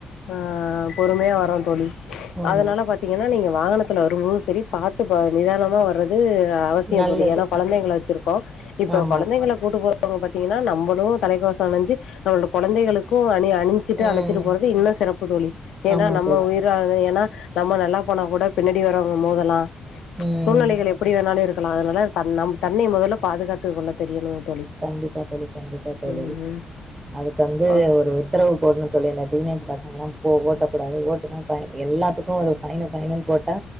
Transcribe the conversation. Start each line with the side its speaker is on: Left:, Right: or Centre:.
Left: ஆ பொறுமையா வற்ர தோழி
Right: ஆமா.
Left: அதனால பாத் திங்கன்னா நீங்க வாகனத்துல வரும்போது செரி பாத்து கவன நிதானமா வர்றது அவசியோ
Right: நல்லது.
Left: தோழி ஏன்னா கொழந்தைங்க கள வச்சிருக்கோ இப்ப
Right: ஆமா.
Left: கொழந்தைங்கள கூட்டு போற ங்க பாத்தீங்கன்னா நம்மளு தலைக்கவசோ அணிஞ்சு நம்மளோட கொழந்தைகளுக்கு அணி அணிஞ் சிட்டு
Right: ம்.
Left: அழச்சிட்டு போறது இன்னு சிறப்பு தோழி ஏன்னா
Right: ஆமா
Left: நம்ம
Right: தோழி.
Left: உயிர் றாது ஏன்னா நம்ம நல்லா போனா கூட பின்னடி வரவங்க மோதலா
Right: ம்.
Left: சூழ்நிலைகள் எப் எப்டி வேணாலு இருக்கலா அதனால தன் நம் தன்னை மொதல்ல பாதுகாத்து கொள்ள தெரியணு தோழி
Right: கண்டிப்பா தோழி கண்டிப்பா தோழி
Left: ம்
Right: அதுக்கு வந்து
Left: ஆ
Right: ஒரு உத்தரவு போடனு தோழி இந்த டீனேஜ் பசங்கலா ஓட்டக்கூடாது ஓட்டுனா ஃபைன் எல்லாத்துக்கு இப்போ ஒரு பைனு பைனுனு போட்டா